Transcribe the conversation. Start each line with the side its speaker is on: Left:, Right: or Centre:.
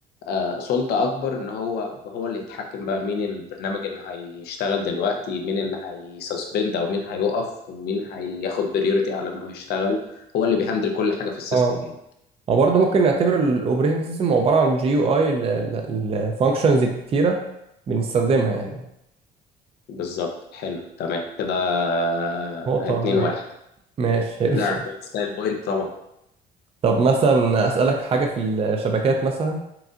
Left: آه، سلطة أكبر إن هو هو اللي يتحكم بقى مين البرنامج اللي هيشتغل دلوقتي مين اللي هيسسبند أو مين هيقف ومين هياخد بريورتي على إن هو يشتغل هو اللي بيهندل كل حاجة في السيستم
Right: اه
Left: يعني
Right: هو برضه ممكن نعتبر الاوبريتنج سيستم عباره عن جي يو اي لفانكشنز كتيره بنستخدمها يعني
Left: بالظبط حلو تمام كده آه،
Right: نقطه
Left: اتنين
Right: ولا ايه
Left: واحد
Right: ماشي حلو
Left: لا
Right: <laughs>
Left: تستاهل بوينت طبعا
Right: طب مثلا اسالك حاجه في الشبكات مثلا